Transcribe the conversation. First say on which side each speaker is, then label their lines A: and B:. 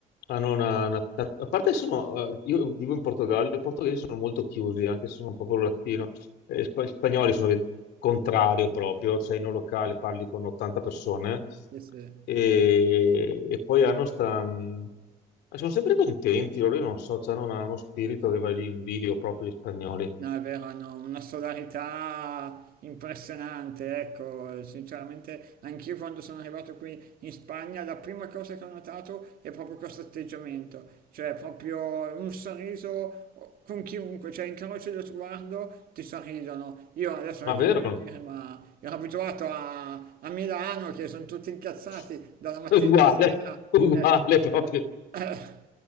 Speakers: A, on the left; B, on the right.
A: hanno una, una- a parte che sono, eh, io vivo in Portogallo, i portoghesi sono molto chiusi, anche se sono proprio latino. Eh, spa- gli spagnoli sono il contrario proprio, cioè in un locale parli con 80 persone
B: sì, sì.
A: e, e poi hanno sta... mh, Sono sempre contenti, loro io non so, cioè hanno una- uno spirito che va lì in video proprio gli spagnoli.
B: No, è vero, hanno una solarità impressionante, ecco, sinceramente anch'io quando sono arrivato qui in Spagna la prima cosa che ho notato è proprio questo atteggiamento, cioè proprio un sorriso con chiunque, cioè incroci lo sguardo, ti sorridono. Io adesso
A: Ma
B: non è che
A: vero?
B: voglio dire, ma ero abituato a, a Milano che sono tutti incazzati
A: <laughs>
B: dalla mattina
A: Uguale,
B: alla sera.
A: uguale
B: eh,
A: proprio.
B: eh,